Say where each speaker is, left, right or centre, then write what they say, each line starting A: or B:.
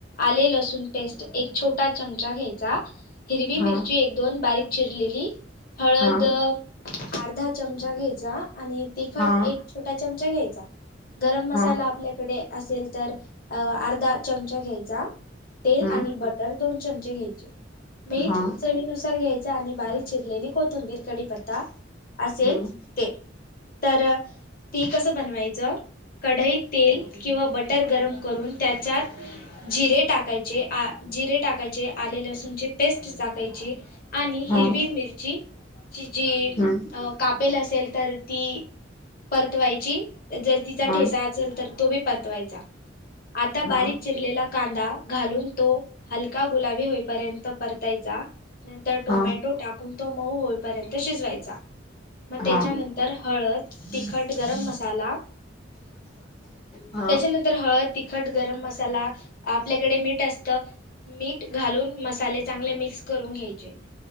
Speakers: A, on the left; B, on the left.
A: आले लसूण पेस्ट एक छोटा चमचा घ्यायचा हिरवी
B: हा
A: मिरची. एक दोन बारीक चिरलेली हळद
B: हा
A: अ अर्धा चमचा घ्यायचा आणि तिखट
B: हा
A: एक छोटा चमचा घ्यायचा गरम मसाला
B: हा
A: आपल्याकडे असेल. तर अ अर्धा चमचा घ्यायचा. तेल
B: हम्म
A: आणि बटर दोन चमचे घ्यायचे मीठ
B: हा
A: चवीनुसार घ्यायचा आणि बारीक चिरलेली. कोथिंबीर कढीपत्ता असेल.
B: हम्म
A: ते तर ती कसं बनवायचं कढईत. तेल किंवा बटर गरम करून त्याच्यात जिरे टाकायचे आ जिरे टाकायचे आले लसूण चे पेस्ट मिरची आणि हिरवी
B: हा
A: मिरची कि जी
B: हम्म
A: कापेल असेल तर ती परतवायची. जर तिचा
B: हा
A: ठेसा असेल तर तो बी परतवायचा आता
B: हा
A: बारीक चिरलेला. कांदा घालून तो हलका गुलाबी होईपर्यंत. घ्यायचा नंतर टोमॅटो
B: हा
A: टाकून तो मऊ होईपर्यंत शिजवायचा. मग त्याच्यानंतर
B: हा
A: हळद तिखट गरम मसाला
B: हा.
A: त्याच्यानंतर हळद तिखट गरम मसाला आपल्याकडे मीठ असत मीठ घालून. मसाले चांगले मिक्स करून घ्यायचे